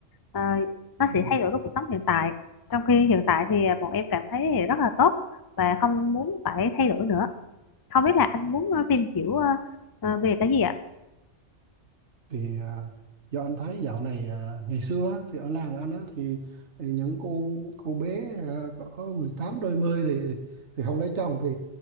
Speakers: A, on the left; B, on the right.
A: ờ, nó
B: Ừ.
A: sẽ thay đổi với cuộc sống hiện tại trong khi hiện tại thì à, bọn em cảm thấy rất là tốt và không muốn phải thay đổi nữa không biết là anh muốn ờ, tìm hiểu ờ, ờ, về cái gì ạ
B: thì à, do anh thấy dạo này à, ngày xưa á, thì ở làng anh á, thì, thì những cô cô bé à, có 18 đôi mươi thì thì không lấy chồng thì